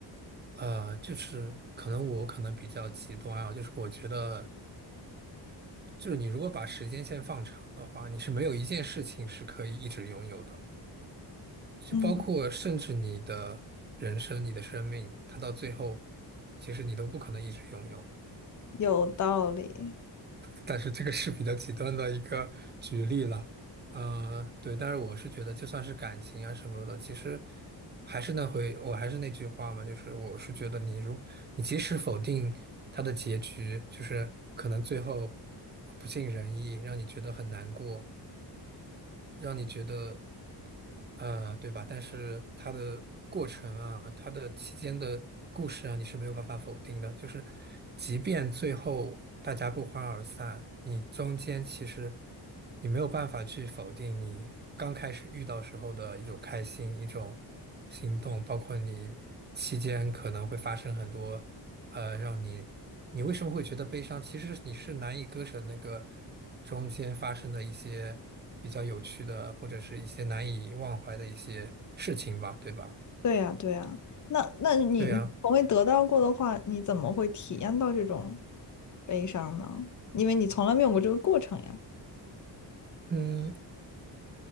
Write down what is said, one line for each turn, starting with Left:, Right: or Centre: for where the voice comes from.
Right: 呃，就是可能我可能比较极端啊，就是我觉得，就是你如果把时间线放长的话，你是没有一件事情是可以一直拥有的，就包括甚至你的人生、
Left: 嗯，
Right: 你的生命，它到最后，其实你都不可能一直拥有。
Left: 有道理。
Right: 但是这个是比较极端的一个举例了，呃，对，但是我是觉得，就算是感情啊什么的，其实还是那回，我还是那句话嘛，就是我是觉得你如你即使否定他的结局，就是可能最后呃不尽人意，让你觉得很难过，让你觉得呃，对吧？但是它的过程啊，它的期间的故事啊，你是没有办法否定的。就是，即便最后大家不欢而散，你中间其实你没有办法去否定你刚开始遇到时候的一种开心、一种心动，包括你期间可能会发生很多呃让你你为什么会觉得悲伤？其实你是难以割舍那个中间发生的一些比较有趣的，或者是一些难以忘怀的一些事情吧，对吧？
Left: 对呀，对呀，那那你你从未得到过的话，
Right: 对呀，
Left: 你怎么会体验到这种悲伤呢？因为你从来没有过这个过程呀。
Right: 嗯，